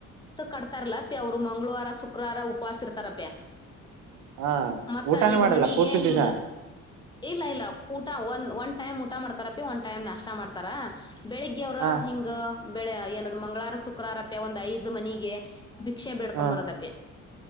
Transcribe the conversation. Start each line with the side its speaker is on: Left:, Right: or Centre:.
Left: ಕಟ್ತಾರಲ್ಲ ಅವರು ಮಂಳವಾರ ಸು ಶುಕ್ರಾರ ಉಪಾಸಿರ್ತಾರಪ್ಯ
Right: ಹಾ
Left: ಮತ್ತ
Right: ಊಟಾನೇ
Left: ಐದ್
Right: ಮಾಡಲ್ಲ
Left: ಮನಿಗೆ
Right: ಪೂರ್ತಿ ದಿವಸ
Left: ಹಿಂಗ ಇಲ್ಲ ಇಲ್ಲ ಊಟ ಒಂದ ಒನ್ ಟಮ್ ಊಟ ಮಾಡ್ತಾ ರಫಿ ಟೈಮ್ ನಷ್ಟ ಮಾಡ್ತಾರಾ ಬೆಳಿಗ್ಗೆ ಅವ್ರ
Right: ಹಾ
Left: ಹಿಗೆ ಬೆಳೆ ಏನ್ ಮಂಗಳಾರ ಶುಕ್ರವಾರ ಅಪ್ಪಿ ಒಂದ್ ಐದ್ ಮನಿಗೆ ಬಿ ಭಿಕ್ಷೆ ಬಿಡ್ಕಂಬ
Right: ಹಾ
Left: ಬರದಪ್ಪಪ